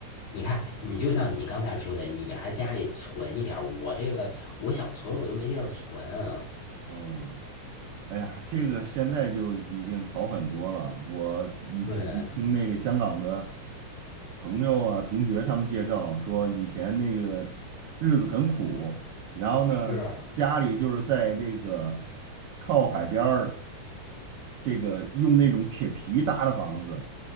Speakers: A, on the left (about 90°); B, on the right (about 70°).
A: 你看，你就像你刚才说的，你还家里存一点儿我这个我想存我都没地儿存啊。
B: 嗯。哎呀，这个现在就已经好很多了。我以前听那个香港的
A: 对，
B: 朋友啊、同学他们介绍说，以前那个日子很苦，然后呢，
A: 是，
B: 家里就是在这个靠海边儿，这个用那种铁皮搭的房子，